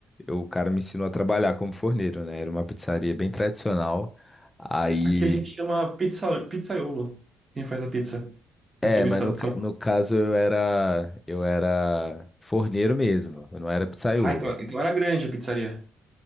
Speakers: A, on the left; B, on the right.
A: eu, o cara me ensinou a trabalhar como forneiro, né? Era uma pizzaria bem tradicional. Aí,
B: Aqui a gente chama pizza, pizzaiolo, quem faz a pizza aqui
A: é,
B: no
A: mas
B: estado
A: no,
B: de
A: ca-
B: São Paulo.
A: no caso eu era, eu era forneiro mesmo, eu não era pizzaiolo.
B: Ah, então, então era grande a pizzaria.